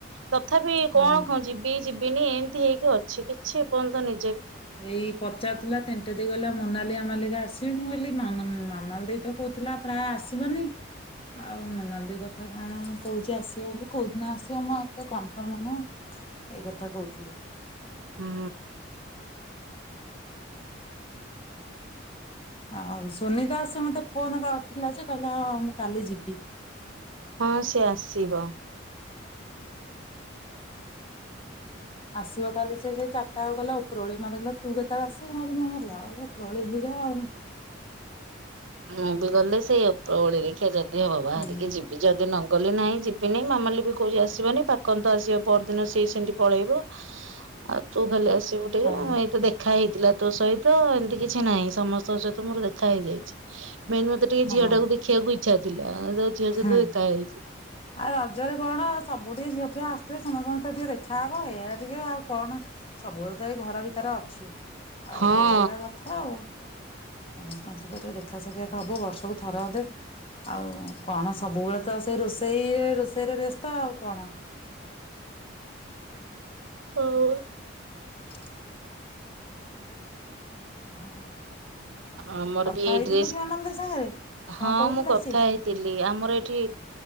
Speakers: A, on the right; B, on the left.
A: ତଥାପି
B: ହଁ
A: କଣ କ ଯିବି ଯିବି ଦିନେ ଏମିତି ହେଇକି ଅଛି। କିଛି ଏପର୍ଯନ୍ତ ନ
B: ଏଇ ପଚାରୁଥିଲା ତିନିଟେ ଦେଇ ଗଲା ମନାଲି ମାମାଲି କା ଆସ ମୁଁ କହିଲି ମାମାନ୍ ମାମାଲ ଦେଇ ତ କହୁଥିଲା ପ୍ରାୟ ଆସିବନି ଆଉ ମନା ଦି କ କଥା କଣ କହୁଛି ଆସିବ ବୋଲି କୋଉ ଦିନ ଆସିବ ମୁଁ ଆଉ ଏତେ କନଫର୍ମ ନୁହଁ ଏଇ କଥା କହୁଥିଲି।
A: ହୁଁ।
B: ଆଉ ସୁନିତା ଆସେ ମତେ ଫୋନ କରିଥିଲା ଯେ କହିଲା ହଁ ମୁଁ କାଲି ଯିବି।
A: ହଁ ସିଏ ଆସିବ।
B: ଆସିବ କାଲି ସେ ଯେ ଚାରଟା ବେଳୁ କହିଲା ଉପରଓଳି ମୋତେ କହିଲା ତୁ କେତେବେଳେ ଆସିବୁ? ମୁଁ କହିନି ମୁଁ ଯା ହେଇଯାଉ ଉପରଓଳି ଯିବା ଆଉଁ।
A: ମୁଁ ବି ଗଲେ ସେଇ ଉପରଓଳି ଦେଖିଆ ଯଦ୍ ତେ ବାବା
B: ହୁଁ
A: ଟିକେ ଯିବି ଯଦି ନ ଗଲେ ନାହିଁ ଯିବିିନି ମାମାଲି ବି କହୁଛି ଆସିବନି ପାକନ୍ ତ ଆସିବ ପରଦିନ ସିଏ ସେମିତି ପଳେଇବ ଆଉ ତୁ ଖାଲି ଆସିବୁ ଟିକେ
B: ହଁ
A: ଏଇତ ଦେଖା ହେଇଥିଲା ତୋ ସହିତ ଏମିତି କିଛି ନାହିଁ ସମସ୍ତଙ୍କ ସହିତ ମୋର ଦେଖା ହେଇଯାଇଛି। <inaudible> ମେନ୍ ମୋତେ ଟିକେ
B: ହଁ
A: ଝିଅ ଟାକୁ ଦେଖିବାକୁ ଇ ଛା ଥିଲା ଯା ଝିଅ
B: ହୁଁ
A: ସହିତ ଦେଖା ହେଇଛି।
B: ଆଉ ରଜରେ କଣ ସବୁଠି ଝିଅ ଫିଅ ଆସଥିବେ। ସମସ୍ତଙ୍କ ସହିତ ଟିକେ ଦେ ଖାଅବ ଏଇଆ ଟିକେ ଆଉ କଣ ସବୁବେଳେ ତ ଏଇ ଘର ଭିତରେ ଅଛୁ ଆଉ
A: ହଁ
B: ଏଇଆ କଥା ଆଉ। ସମସ୍ତଙ୍କ ସହିତ ଟିକେ ଦେଖା ସାକ୍ଷାତ ହବ ବର୍ଷକୁ ଥର ଅଧେ। ଆଉ କଣ ସବୁବେଳେ ତ ସେ ରୋଷ ସେଇ ରୋଷେଇରେ ବ୍ୟସ୍ତ ଆଉ କଣ।
A: ହୁଁ ଉଁ
B: <inaudible> ଆଉ
A: ଆ ଆମର
B: କଥା
A: ବି ଏଇ
B: ହେଇଥିଲୁ
A: ଡ୍ରେସ
B: କି ମାମାଲି ଦେଇ ସାଙ୍ଗରେ
A: ହଁ
B: କଣ କହୁଥିଲା
A: ମୁଁ କଥା
B: ସିଏ?
A: ହେଇଥିଲି ଆମର ଏଇଠି